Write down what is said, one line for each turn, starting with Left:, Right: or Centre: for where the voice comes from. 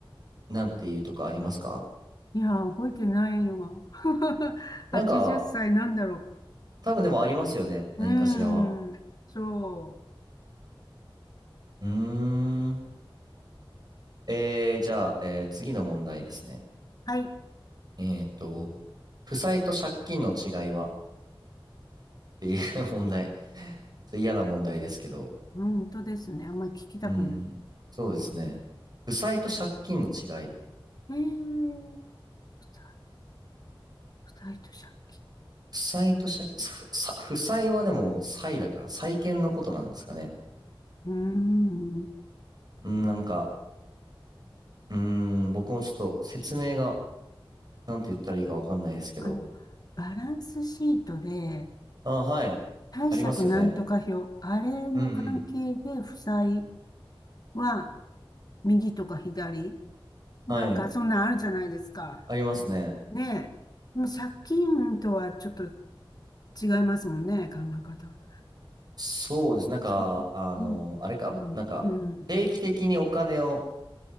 Right: なんていうとかありますか
Left: いやー、覚えてないわ。<laughs>
Right: なんか、
Left: 80歳なんだろ
Right: 多分でもありますよね。何かしらは。
Left: う。うーん。そう。
Right: うーん。えー、じゃあ、えー次の問題ですね。
Left: はい。
Right: えっと、負債と借金の違いはっていう <laughs> 問題。それ嫌な問題ですけど。
Left: 本当ですね。あんまり聞きたくない。
Right: うん、そうですね。負債と借金の違い。
Left: えー、ふた二人と借金
Right: 負債と借金、ふさ負債はでも債だから債権のことなんですかね。
Left: の違い。うーん。
Right: うん、なんか、うん、僕もちょっと説明が、なんて言ったらいいかわかんないですけど。
Left: あの、バランスシートで、
Right: あ、はい。
Left: 貸借なんとか表、
Right: ありますよね。
Left: あれの関係で負債
Right: うんうん。
Left: は右とか左、なんかそんなんあるじゃないですか。
Right: はい。ありますね。
Left: ねえ。でも借金とはちょっと違いますもんね、考え方が。
Right: そうです。なんか、
Left: ちうん、
Right: あの、あれか、
Left: うん、
Right: なんか、
Left: うん、
Right: 定期的にお金を、
Left: うん、